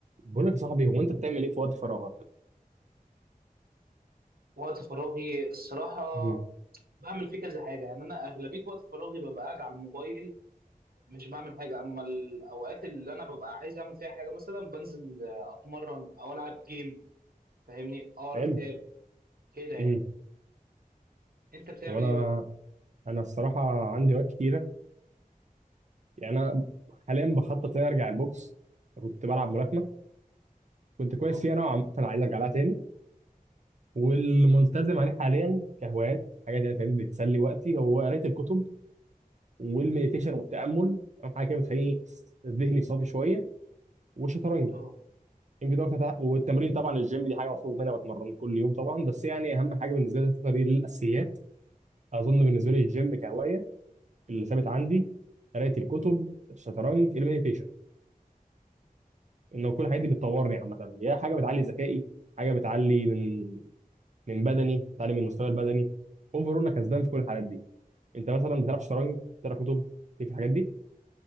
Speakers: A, on the right; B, on the right.
A: بقول لك يا صاحبي هو انت بتعمل ايه في وقت فراغك؟
B: وقت فراغي الصراحة
A: مم.
B: بعمل فيه كذا حاجة يعني أنا أغلبية وقت فراغي ببقى قاعد على الموبايل مش بعمل حاجة أما الأوقات اللي أنا ببقى عايز أعمل فيها حاجة مثلا بنزل آه، أتمرن أو ألعب جيم فاهمني أقرأ
A: حلو
B: كتاب كده يعني
A: امم
B: أنت بتعمل
A: هو انا
B: إيه بقى؟
A: انا الصراحه عندي وقت كتيره يعني انا حاليا بخطط اني ارجع البوكس كنت بلعب ملاكمه كنت كويس
B: أه
A: فيها نوعا ما انا عايز ارجع لها تاني والملتزم عليه حاليا كهوايات حاجه دي فاهم بتسلي وقتي هو قرايه الكتب والمديتيشن والتامل اهم حاجه كده بتخليني س- ذهني صافي شويه والشطرنج
B: أه
A: يمكن ده أكتر تع- والتمرين طبعا الجيم دي حاجه مفروض منها بتمرن كل يوم طبعا بس يعني اهم حاجه بالنسبه لي الفترة دي الاساسيات اظن بالنسبه لي الجيم كهوايه اللي ثابت عندي قرايه الكتب الشطرنج المديتيشن انه كل الحاجات دي بتطورني عامه يا حاجه بتعلي ذكائي حاجه بتعلي من من بدني بتعلي من المستوى البدني اوفر انا كسبان في كل الحالات دي انت مثلا بتلعب شطرنج بتقرا كتب ليك في الحاجات دي